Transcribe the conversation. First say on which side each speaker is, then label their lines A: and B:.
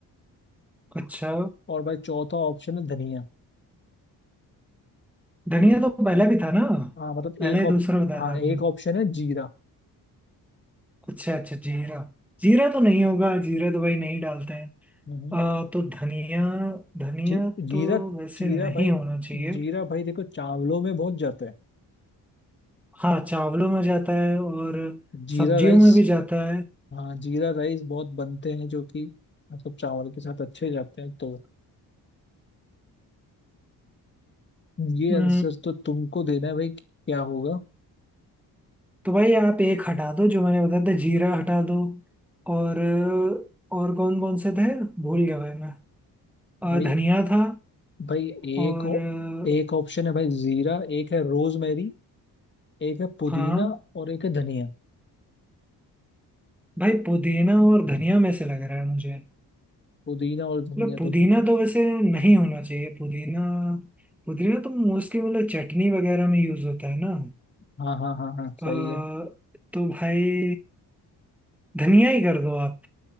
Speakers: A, in the centre; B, on the left (about 30°).
A: अच्छा
B: और भाई चौथा ऑप्शन है धनिया
A: धनिया तो पहले भी था ना
B: हाँ मतलब
A: पहले
B: एक ऑप
A: दूसरा बताया
B: हाँ
A: था आपने
B: एक ऑप्शन है जीरा
A: अच्छा अच्छा जीरा जीरा तो नहीं होगा जीरा तो भाई नहीं डालते हैं
B: हम्म
A: अ, तो धनिया धनिया
B: जी जीरा
A: तो वैसे
B: जीरा
A: नहीं
B: भाई
A: होना चाहिए
B: जीरा भाई देखो चावलों में बहुत जाता है
A: हाँ चावलों में जाता है और
B: जीरा
A: सब्जियों
B: राइस
A: में भी जाता
B: हाँ जीरा राइस बहुत बनते हैं जो कि मतलब चावल के साथ अच्छे जाते हैं तो ये
A: है
B: आंसर तो तुमको देना है भाई क्या होगा
A: तो भाई आप एक हटा दो जो मैंने बताया था जीरा हटा दो और और कौन कौन से थे भूल गया भाई मैं
B: भाई
A: अ, धनिया था
B: भाई एक
A: और
B: ओ-
A: अ,
B: एक ऑप्शन है भाई जीरा एक है रोजमेरी एक है पुदीना
A: हाँ
B: और एक है धनिया
A: भाई पुदीना और धनिया में से लग रहा है मुझे
B: पुदीना और धनिया
A: मतलब
B: तो
A: पुदीना तो वैसे नहीं होना चाहिए पुदीना पुदीना तो मोस्टली मतलब चटनी वगैरह में यूज होता है ना
B: हाँ हाँ हाँ हाँ सही
A: अ,
B: है
A: तो भाई धनिया ही कर दो आप